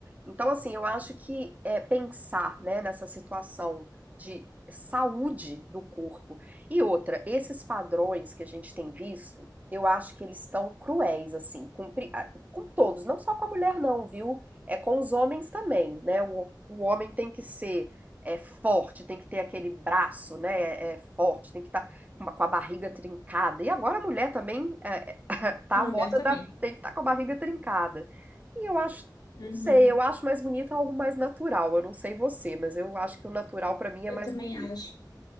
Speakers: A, on the right (about 20°); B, on the left (about 60°).
A: Então, assim, eu acho que é pensar, né, nessa situação de saúde do corpo. E outra, esses padrões que a gente tem visto, eu acho que eles estão cruéis, assim, com, pri- a- com todos, não só com a mulher, não, viu? É com os homens também, né? O, o homem tem que ser é, forte, tem que ter aquele braço, né? É, é forte, tem que estar com a barriga trincada. E agora a mulher também é, <laughs> tá
B: Mulher
A: a moda
B: também.
A: da tem que estar com a barriga trincada. E eu acho,
B: Uhum.
A: não sei, eu acho mais bonito algo mais natural. Eu não sei você, mas eu acho que o natural pra mim
B: Eu
A: é mais
B: também
A: bonito.
B: acho.